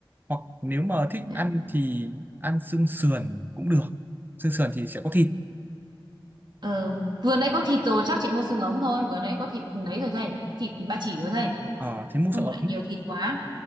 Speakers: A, on the right (about 20°); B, on the right (about 60°).
A: hoặc nếu mà thích
B: ok.
A: ăn thì ăn xương sườn cũng được xương sườn thì sẽ có thịt
B: ờ vừa nãy có thịt rồi chắc chị mua xương ống thôi vừa nãy có thịt lấy rồi thầy thịt ba chỉ rồi thầy
A: ờ thế mua
B: không
A: xương ống
B: lại nhiều thịt quá